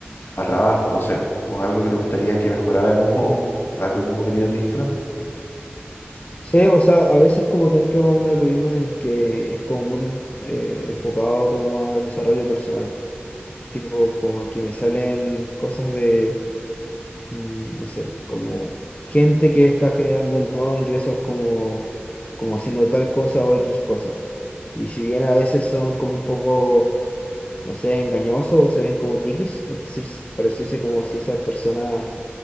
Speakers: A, on the left; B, on the left.
A: a trabajo, no sé. Como algo que te gustaría que mejorara como
B: mm.
A: el algoritmo que tiene tu Instagram.
B: Sí, o sea, a veces como que entro a un algoritmo en el que es como muy eh, enfocado como a desarrollo personal, tipo como que me salen cosas de, mm, no sé, como gente que está generando nuevos ingresos como, como haciendo tal cosa o X cosa. Y si bien a veces son como un poco, no sé, engañosos o se ven como triquis, es decir, pareciese como si esas personas